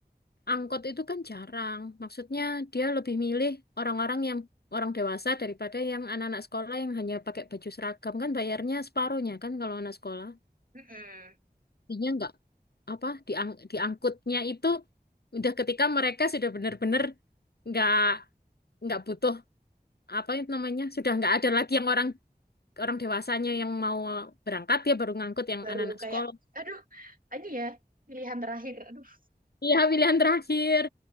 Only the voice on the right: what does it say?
mm-mm.
Baru
kayak,
aduh, ini ya pilihan terakhir. Aduh.